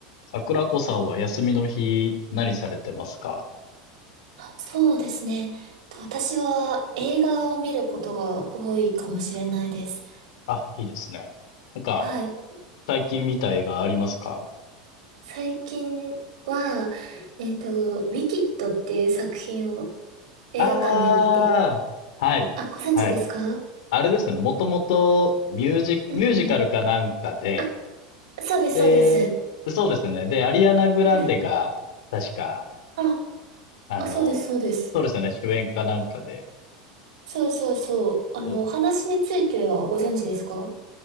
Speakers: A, on the left; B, on the right.
A: 桜子さんは休みの日何されてますか
B: あそうですね。と私は映画を見ることが多いかもしれないです。
A: あ、いいですね。なんか、
B: はい。
A: 最近見たいがありますか
B: 最近は、えっと、ウィキッドっていう作品を映画館で見て、
A: ああー、はい、
B: あ、ご存知ですか
A: はい。あれですね、もともとミュージ、
B: うんうん。
A: ミュージカルかなんかで、
B: あ、そうです、
A: で、
B: そうです。
A: そうですね。で、アリアナ・グランデが、
B: ね。
A: 確か、
B: あ、
A: あの、
B: あ、そうです、そうです。
A: そうですね、主演かなんかで、
B: そうそうそう。あの、
A: そうです
B: お話についてはご存知ですか